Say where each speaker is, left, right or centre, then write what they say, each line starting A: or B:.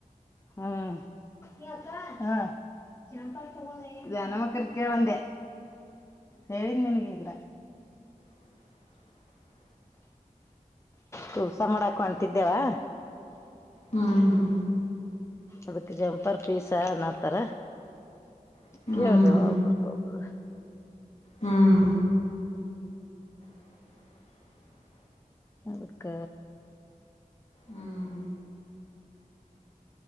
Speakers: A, on the left; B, on the left.
A: ಹ್ಮ್ ಏ ಅಕ್ಕ ಹ್ಮು ಎಂತಾದ ತೊಗೊಂಡಿ ಗ್ಯಾನಮ್ಮಕ್ಕನ ಕೇಳಂದ ಹೇಳೀನಿ ನಿನಗ ಈಗ
B: <inaudible>
A: ಕುಬಸಾ ಮಾಡಾಕ ಒಂಟಿದ್ದೇವಾ
B: ಹ್ಮ್ ಹ್ಮ್
A: ಅದಕ್ ಜಂಪರ್ ಪೀಸ ಅನ್ನತರ
B: ಹ್ಮ್
A: ಕೇಳ್ರಿ ಒಬ್ರಕೋಬ್ರು
B: ಹ್ಮ್ <inaudible>
A: ಅದಕ್ಕ
B: ಹ್ಮ್